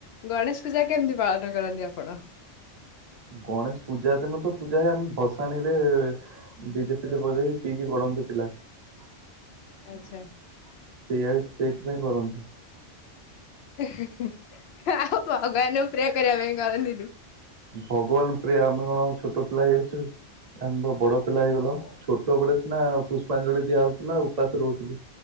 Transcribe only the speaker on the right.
ଗଣେଶ ପୂଜା ଦିନ ତ ପୂଜା ହୁଏ ଆମେ ଭସାଣିରେ ଡିଜେଫିଜେ ବଜେଇ ପିଇକି ଗଡନ୍ତି ପିଲା। ସେଇୟା
ସେଇଥିପାଇଁ କରନ୍ତି।
ଭଗବାନ ପ୍ରେ ଆମେ କଣ ଆଉ ଛୋଟ ପିଲା ହେଇଅଛୁ, ଆମେ ପା ବଡ ପିଲା ହେଇଗଲୁଣୁ ଛୋଟ ବେଳେ ସିନା ପୁଷ୍ପାଞ୍ଜଳି ଦିଆ ହଉଥିଲା ଉପାସ ରହୁଥିଲୁ